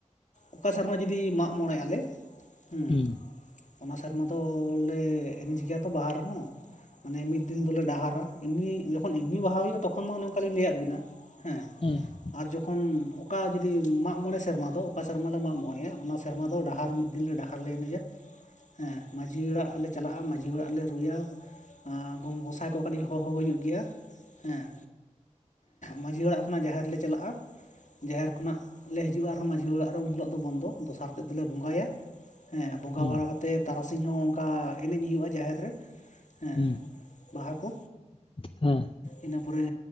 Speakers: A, on the left; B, on the left.
A: ᱚᱠᱟ ᱥᱮᱨᱢᱟ ᱡᱚᱫᱤ ᱢᱟᱜᱽ ᱢᱚᱬᱮ ᱟᱞᱮ ᱦᱮᱸ
B: ᱦᱩᱸ
A: ᱚᱱᱟ ᱥᱮᱨᱢᱟ ᱫᱚ ᱞᱮ ᱮᱱᱮᱡ ᱜᱮᱭᱟ ᱛᱚ ᱵᱟᱦᱟ ᱨᱮᱦᱚᱸ ᱢᱟᱱᱮ ᱢᱤᱫ ᱫᱤᱱ ᱫᱚᱞᱮ ᱰᱟᱦᱟᱨᱟ ᱮᱢᱱᱤ ᱡᱚᱠᱷᱚᱱ ᱮᱢᱱᱤ ᱵᱟᱦᱟ ᱦᱩᱭᱩᱜᱼᱟ ᱛᱚᱠᱷᱚᱱ ᱢᱟ ᱚᱱᱮ ᱚᱱᱠᱟ ᱞᱤᱧ ᱞᱟᱹᱭᱟᱫ ᱵᱤᱱᱟ ᱦᱮᱸ,
B: ᱦᱮᱸ ᱾
A: ᱟᱨ ᱡᱚᱠᱷᱚᱱ ᱚᱠᱟ ᱡᱩᱫᱤ ᱢᱟᱜ ᱢᱚᱬᱮ ᱥᱮᱨᱢᱟ ᱫᱚ ᱚᱠᱟ ᱥᱮᱨᱢᱟᱞᱮ ᱢᱟᱜᱽ ᱢᱚᱬᱮᱼᱟ ᱚᱱᱟ ᱥᱮᱨᱢᱟ ᱫᱚ ᱰᱟᱦᱟᱨ ᱢᱤᱫ ᱫᱤᱱ ᱞᱮ ᱰᱟ ᱟᱨ ᱞᱮ ᱮᱱᱮᱡᱼᱟ ᱾ ᱦᱮᱸ, ᱢᱟᱺᱡᱷᱤ ᱚᱲᱟᱜ ᱞᱮ ᱪᱟᱞᱟᱜᱼᱟ ᱢᱟᱺᱡᱷᱤ ᱚᱲᱟᱜ ᱞᱮ ᱨᱩᱭᱟ ᱜᱚᱸᱥᱟᱭ ᱠᱚ ᱠᱟᱹᱴᱤᱡ ᱦᱚᱦᱚ ᱦᱩᱭᱩᱜ ᱜᱮᱭᱟ ᱦᱮᱸ ᱢᱟᱺᱡᱷᱤ ᱚᱲᱟᱜ ᱠᱷᱚᱱᱟᱜ ᱡᱟᱦᱮᱨ ᱞᱮ ᱪᱟᱞᱟᱜᱼᱟ ᱡᱟᱦᱮᱨ ᱠᱷᱚᱱᱟᱜ ᱞᱮ ᱦᱤᱡᱩᱜᱼᱟ ᱟᱨᱦᱚᱸ ᱢᱟᱹᱡᱷᱤ ᱚᱲᱟᱜ ᱨᱮ ᱩᱱ ᱦᱤᱞᱳᱜ ᱫᱚ ᱵᱚᱱᱫᱚ ᱫᱚᱥᱟᱨ ᱛᱮᱫ ᱫᱚᱞᱮ ᱵᱚᱸᱜᱟᱭᱟ, ᱦᱮᱸ, ᱵᱚᱸᱜᱟ
B: ᱦᱩᱸ
A: ᱵᱟᱲᱟ ᱠᱟᱛᱮ ᱛᱟᱨᱟᱥᱤᱧ ᱦᱚᱸ ᱚᱱᱠᱟ ᱮᱱᱮᱡ ᱦᱩᱭᱩᱜᱼᱟ ᱡᱟᱦᱮᱨ ᱨᱮ ᱦᱮᱸ
B: ᱦᱩᱸ
A: ᱵᱟᱦᱟ ᱠᱚ
B: ᱦᱮᱸ ᱾
A: ᱤᱱᱟᱹ ᱯᱚᱨᱮ